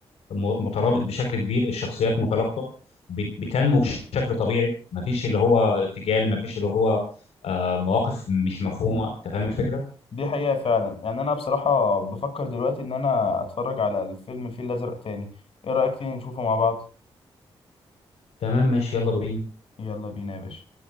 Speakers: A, on the left (about 85°); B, on the left (about 65°).
A: م- مترابط بشكل كبير الشخصيات مترابطه بت- بتنمو بشكل طبيعي مفيش اللي هو ارتجال مفيش اللي هو آه مواقف مش مفهومه انت فاهم الفكره
B: دي حقيقة فعلا يعني أنا بصراحة بفكر دلوقتي إن أنا أتفرج على الفيلم الفيل الأزرق تاني إيه رأيك تيجي نشوفه مع بعض؟
A: تمام ماشي يلا بينا
B: يلا بينا يا باشا